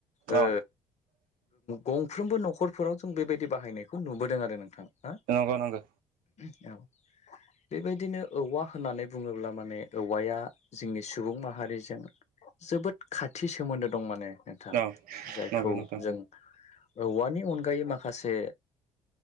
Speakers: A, on the left; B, on the right.
A: ओ
B: अ
A: गंफ्रोमबो नखर न'खरफोराव जों बेबायदि बाहायनायखौ नुबोदों आरो नोंथां हा
B: नंगौ नंगौ
A: औ बेबायदिनो औवा होननानै बुङोब्ला माने औवाया जोंनि सुबुं माहारिजों जोबोद खाथि सोमोन्दो दं माने नोंथां
B: औ
A: जायखौ
B: नंगौ नोंथां
A: जों औवानि अनगायै माखासे